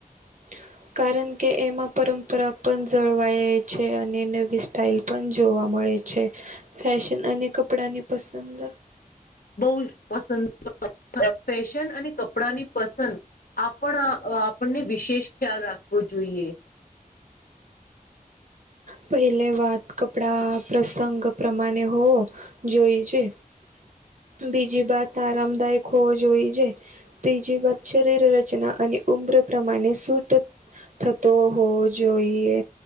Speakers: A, on the right; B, on the left.
A: હ <inaudible> <unintelligible> કારણ કે એમાં પરંપરા પણ જળવાય છે અને નવી સ્ટાઇલ પણ જોવા મળે છે. છે ફેશન અને કપડાની પસંદ
B: બહુ જ પસંદ ફેશન અને કપડાની પસંદ આપણ આપણને વિશેષ ખ્યાલ રાખવો જોઈએ.
A: પહેલે વાત કપડા પ્રસંગ પ્રમાણે હો જોઈ છે બીજી વાત આરામદાયક હોવો જોઈ છે. ત્રીજી વાત શરીર રચના અને ઉમ્ર પ્રમાણે સૂટ થતો હોવો જોઈએ.